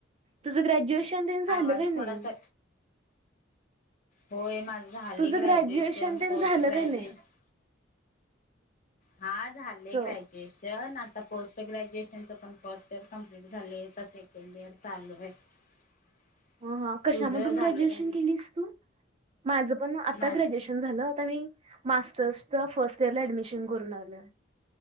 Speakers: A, on the right; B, on the left.
A: तुझं ग्रॅज्युएशन तेन झालं
B: आवाज
A: का नाही.
B: थोडासा होय माझं झालं
A: तुझं
B: ग्रॅज्युएशन,
A: तेन
B: पोस्ट
A: झालं
B: ग्रॅज्युएशन
A: का नाही
B: हा झालय
A: च
B: ग्रॅज्यू एशन. आता पोस्ट ग्रॅज्युएशनचं पण फर्स्ट इयर कंप्लीट झाले आहे तर सेकंड इयर चालू आहे. <unintelligible>
A: हा हा कशामधून
B: तुझं झालं
A: ग्रॅज्युएशन
B: का नाही
A: केलीस तू? माझ पण आता
B: माझ
A: ग्रॅज्युएशन झालं. आता मी मास्टर्स फर्स्ट इअर ला ऍडमिशन करून आलं.